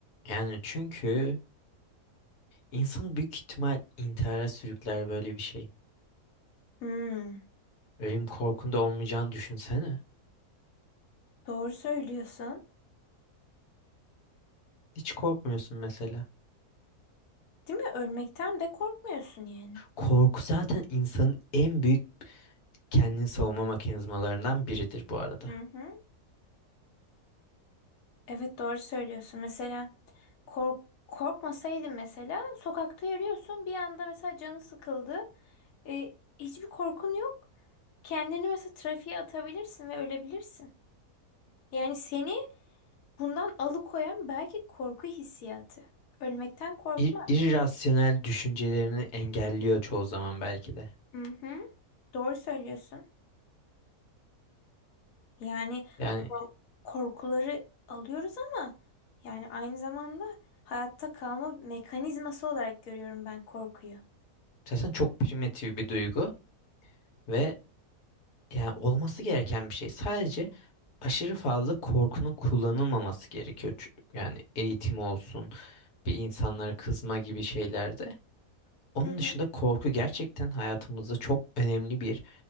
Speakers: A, on the left; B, on the left.
A: yani çünkü insan büyük ihtimal intihara sürükler böyle bir şey.
B: Hmm,
A: Ölüm korkunda olmayacağını düşünsene.
B: doğru söylüyorsun.
A: Hiç korkmuyorsun mesela.
B: Değil mi? Ölmekten de korkmuyorsun yani.
A: Korku zaten insanın en büyük Kendini savunma mekanizmalarından biridir bu arada.
B: Hı hı. Evet, doğru söylüyorsun. Mesela kork korkmasaydın mesela sokakta yürüyorsun bir anda mesela canı sıkıldı. E, hiçbir korkun yok. Kendini mesela trafiğe atabilirsin ve ölebilirsin. Yani seni bundan alıkoyan belki korku hissiyatı. Ölmekten korkma.
A: İr irrasyonel düşüncelerini engelliyor çoğu zaman belki de.
B: Hı hı. Doğru söylüyorsun. Yani
A: Yani
B: kor- korkuları alıyoruz ama yani aynı zamanda hayatta kalma mekanizması olarak görüyorum ben korkuyu.
A: zaten çok primitif bir duygu ve yani olması gereken bir şey. Sadece aşırı fazla korkunun kullanılmaması gerekiyor. Çü- Yani eğitim olsun, bir insanlara kızma gibi şeylerde. Onun
B: Hı hı.
A: dışında korku gerçekten hayatımızda çok önemli bir